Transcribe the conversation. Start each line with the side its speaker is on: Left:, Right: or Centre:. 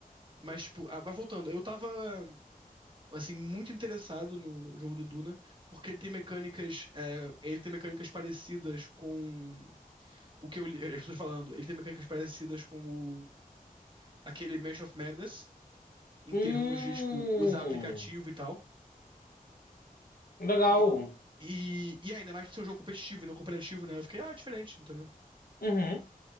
Right: Mas, tipo, ah, mas voltando, eu tava, assim, muito interessado no, no jogo do Duna, porque ele tem mecânicas, é, ele tem mecânicas parecidas com o que eu li, as pessoas falando, ele tem mecânicas parecidas com o, aquele Mansion of Madness, em
Left: Hum.
Right: termos de, tipo, usar aplicativo e tal.
Left: Legal.
Right: E, e, e ainda mais por ser um jogo competitivo e não cooperativo, né? Eu fiquei, ah, é diferente, entendeu?
Left: Uhum.